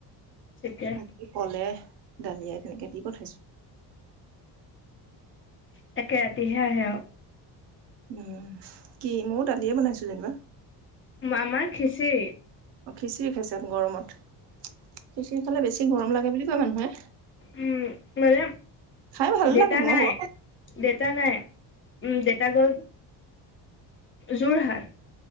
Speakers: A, on the left (about 25°); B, on the right (about 65°).
A: তেতিয়া
B: আহি কলে দালিয়াই তেনেকে দি পঠাইছো।
A: তাকে ৰাতি হে আহে।
B: উম, কি ময়ো দালিয়ে বনাইছো যেনিবা।
A: আমাৰ খিচৰি।।
B: অ খিচিৰি খাইচ গৰমত। খিচিৰ খালে বেছি গৰম লাগে বুলি কয় মানুহে।
A: উম মানে।
B: খাই ভাল
A: দেউতা
B: লাগে মই
A: নাই
B: বৰ।
A: দেউতা নাই। উম, দেউতা গ'ল। যোৰহাট।